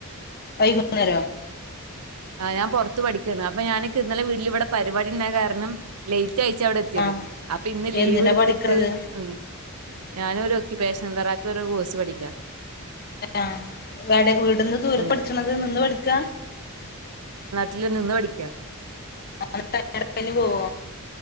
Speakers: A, on the left (about 45°); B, on the right (about 85°).
A: വൈകുന്നേരോ
B: ആഹ് ഞാൻ പൊറത്ത് പഠി ക്കാണ് അപ്പ ഞാനിക്ക് ഇന്നലെ വീട്ല് ഇവിടെ പരിപാടിണ്ടായ കാരണം ലേയ് ച്ചായിച്ചവിടെ എത്തിയത്
A: ആഹ്
B: അപ്പൊ ഇന്ന് ലീവ്
A: എന്തിനാ
B: എടുത്തിട്ട്
A: പഠിക്കണത്
B: ഉം ഞാനൊരു ഒക്യുപേഷൻ തെറാപ്പി <unintelligible> കോസ് പഠിക്കാ
A: ആഹ് ഇവടെ ഇവീട്ന്ന് ദൂരെ
B: ഉം
A: പഠിച്ചണത് നിന്ന് പഠിക്ക
B: ട്ടില് നിന്ന് പഠിക്കാ
A: നാളെ തെരഞ്ഞെടുപ്പിന് പോവ്വോ